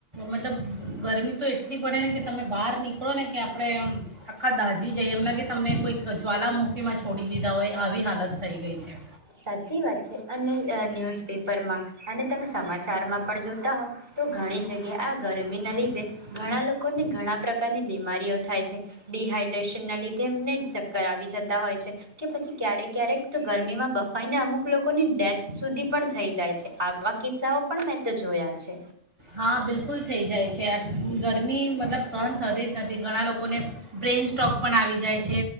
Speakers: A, on the right (about 25°); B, on the right (about 50°).
A: મતલબ ગરમી તો એટલી પડે ને કે તમે બહાર નીકળો ને કે આપણે આખા દાઝી જઈએ એમ લાગે તમને કોઈક ત્વાલામુખીમાં છોડી દીધા હોય આવી હાલત થઈ ગઈ છે.
B: સાચી વાત છે અને ન્યૂઝપેપરમાં અને તમે સમાચારમાં પણ જો તા હો તો ઘણી જગ્યાએ આ ગરમીના લીધે ઘણા લોકોને ઘણા પ્રકારની બીમારીઓ થાય છે ડિહાઈડ્રેશનના લીધે એમને ચક્કર આવી જતા હોય છે કે પછી ક્યારેક ક્યારેક તો ગરમીમાં બફ ને અમુક લોકો ની ડેથ સુધી પણ થઈ જાય છે આવા કિસ્સાઓ પણ મેં તો જોયા છે.
A: હા બિલકુલ થઈ જાય છે આ ગરમી મતલબ સહન થતી જ નથી ઘણા લોકોને બ્રેઇન સ્ટ્રોક પણ આવી જાય છે